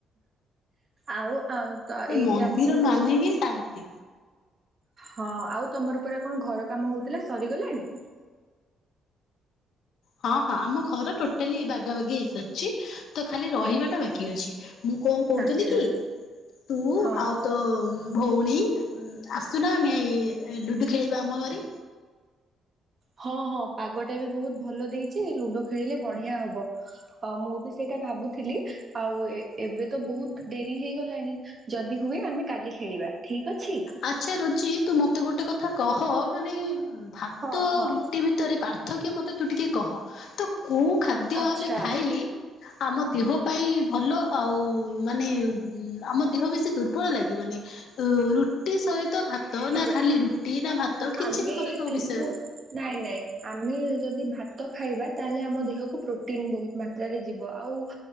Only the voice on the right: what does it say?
ଆଉ ଆଉ ତ ଏଇଠି
ଆମର ଗୋଟେ
ହଁ ଆଉ ତମର ପରା କଣ ଘର କାମ ହଉଥିଲା ସରିଗଲାଣି।
ଆଚ୍ଛା
ହଁ
ହଁ ହଁ ପାଗଟା ବି ବହୁତ ଭଲ ଦେଇଛି ଲୁଡୋ ଖେଳିଲେ ବଢିଆ ହବ। ମୁଁ ବି ସେଇ ଭାବୁଥିଲି ଆଉ ଏବେ ତ ବହୁତ ଡେରି ହେଇଗଲାଣି ଯଦି ହୁଏ ଆମେ କାଲି ଖେ ଠିକ ଅଛି।
ହଁ
ହଁ
ଆଚ୍ଛା
ଠିକ
ଆମେ
କିନ୍ତୁ
ନାଇଁ ନାଇଁ ଆମେ ଯଦି ଭାତ ତ ଖାଇବା ତାହେଲେ ଆମ ଦେହକୁ ପ୍ରୋଟିନ ବହୁତ ମାତ୍ରାରେ ଯିବ ଆଉ